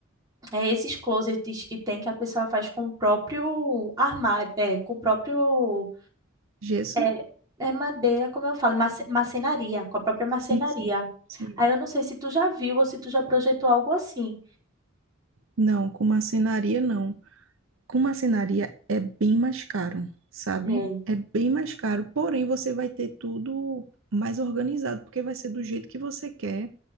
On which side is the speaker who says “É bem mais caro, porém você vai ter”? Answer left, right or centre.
Right